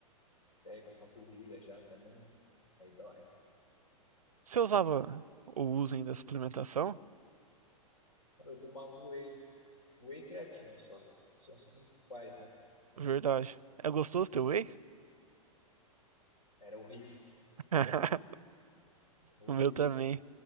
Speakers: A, on the left (about 75°); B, on the right (about 75°).
A: Pega a panturrilha já também, aí dói.
B: Você usava ou usa ainda suplementação?
A: Cara, eu tomava whey, whey e creatina só. São os principais, né?
B: Verdade. É gostoso teu whey?
A: Era horrível,
B: <laughs>
A: horroroso.
B: O meu também.